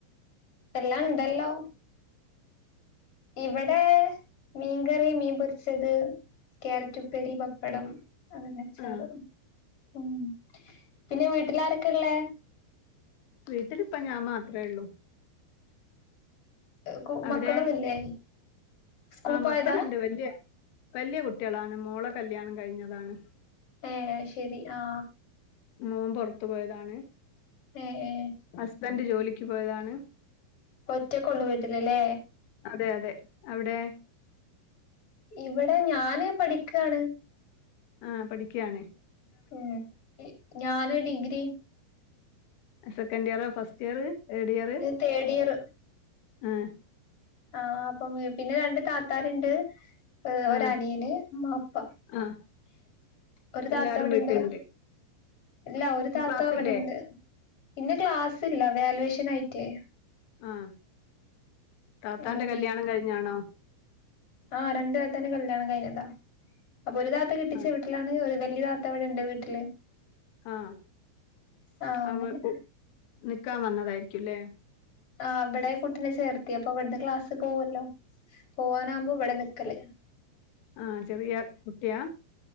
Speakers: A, on the left; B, on the left.
A: എല്ലാം ഉണ്ടല്ലോ? ഇവിടെ മീൻകറി, മീൻ പൊരിച്ചത്, കാരറ്റുപ്പേരി, പപ്പടം. <unintelligible>
B: ആ
A: ഉം പിന്നെ വീട്ടിൽ ആരൊക്കെ ഉള്ളേ?
B: വീട്ടിലിപ്പ ഞാൻ മാത്രേ ഉള്ളൂ.
A: കു
B: അവിടെ
A: മക്കളൊന്നുംല്ലേ? സ്കൂൾ
B: ആ
A: പോയതാ
B: മക്കളുണ്ട്. വല്യേ വല്യേ കുട്ടികളാണ്, മോള കല്യാണം കഴിഞ്ഞതാണ്.
A: ഏഹ് ശരി. ആ
B: മോൻ പൊറത്തു പോയതാണ്.
A: ഏഹ് ഏ.
B: ഹസ്ബന്റ് ജോലിക്ക് പോയതാണ്.
A: ഒറ്റക്കൊള്ളു വീട്ടിലല്ലേ.
B: അതെ അതെ, അവിടെ?
A: ഇവിടെ ഞാന് പഠിക്കാണ്.
B: ആ പഠിക്കാണ്.
A: ഉം ഞാന് ഡിഗ്രി.
B: സെക്കൻഡ് ഇയറാ first year, third year
A: third year
B: ആ.
A: ആഹ് ആ അപ്പം പിന്നെ രണ്ട് താത്താര്ണ്ട്. ഏഹ് ഒരു
B: ആഹ്
A: അനിയന് ഉമ്മ ഉപ്പ,
B: ആഹ്
A: ഒരു താത്ത
B: എല്ലാരും
A: ഇവിടെണ്ട്.
B: വീട്ടില്ണ്ട്.
A: ഇല്ല ഒരു
B: ഇന്ന്
A: താത്ത
B: ക്ലാസ്സില്ലേ?
A: ഇവിടെണ്ട്. ഇന്ന് ക്ലാസ്സ്ല്ല വാലുവേഷൻ ആയിട്ട്.
B: ആ താത്താന്റെ
A: എന്തോ
B: കല്യാണം കഴിഞ്ഞാണോ?
A: ആഹ് രണ്ട്‌ താത്താന്റെ കല്യാണം കഴിഞ്ഞതാ. അപ്പൊ ഒരു താത്ത കെട്ടിച്ചു
B: ആഹ്
A: വീട്ട ണ് വലിയ താത്തവിടെ ണ്ട് വീട്ടില്.
B: ആഹ
A: ആ അങ്ങനെ
B: അവൾ കു നിക്കാൻ വന്നതായിരിക്കുംല്ലേ?
A: ആ ഇവിടെ കൂട്ടീനെ ചേർത്തി. അപ്പൊ ഇവിടുന്ന് ക്ലാസ് പോവല്ലോ, പോവാനാകുമ്പോ ഇവിടെ നിക്കല്.
B: ആഹ ചെറിയ കുട്ടിയാ?